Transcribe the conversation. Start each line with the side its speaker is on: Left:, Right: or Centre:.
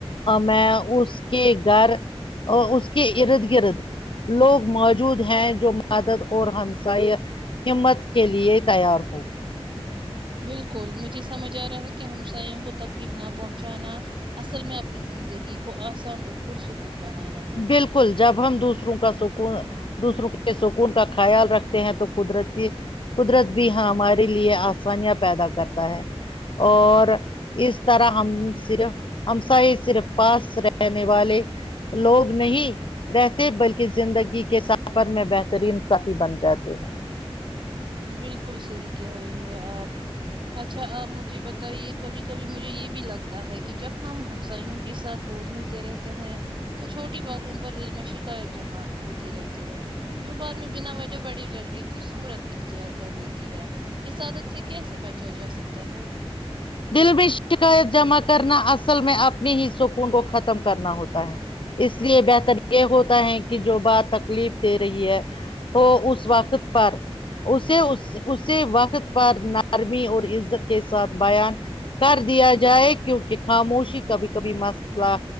Left: میں اس کے گھر اس کے ارد گرد لوگ موجود ہیں جو مدد اور ہمسائے ہمت کے لیے تیار ہو
Right: بالکل مجھے سمجھ آ رہا ہے کہ ہمسایوں کو تکلیف نہ پہنچانا اصل میں اپنی زندگی کو آسان اور پرسکون بنانا ہے
Left: بالکل جب ہم دوسروں کا سکون دوسروں کے سکون کا خیال رکھتے ہیں تو قدرتی قدرت بھی ہمارے لیے آسانیاں پیدا کرتا ہے اور اس طرح ہم صرف ہمسائے صرف پاس رہنے والے لوگ نہیں رہتے بلکہ زندگی کے سفر میں بہترین ساتھی بن جاتے ہیں
Right: بالکل صحیح کہہ رہی ہے آپ اچھا آپ مجھے بتائیے کبھی کبھی مجھے یہ بھی لگ تا ہے کہ جب ہم ہمسائیوں کے ساتھ روز ملتے رہتے ہیں تو چھوٹی باتوں پر دل میں شکایت جمع ہوتی رہتی ہے جو بعد میں بنا وجہ بڑے جھگڑے کی صورت دیکھتی اور کر لیتی ہے اس عادت سے کیسے بچا جا سکتا ہے
Left: دل میں شکایت جمع کرنا اصل میں اپنی ہی سکون کو ختم کرنا ہوتا ہے اس لیے بہتر یہ ہوتا ہے کہ جو بات تکلیف دے رہی ہے تو اس وقت پر اسے اسے وقت پر نارمی اور عزت کے ساتھ بیان کر دیا جائے کیونکہ خاموشی کبھی کبھی مسئلہ